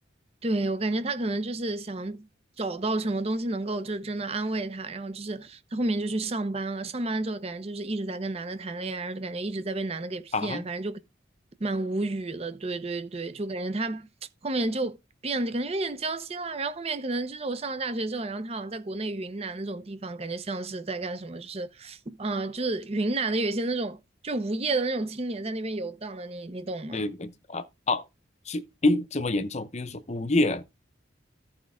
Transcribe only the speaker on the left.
啊，
个啊，哦，是，诶，这么严重？比如说无业啊，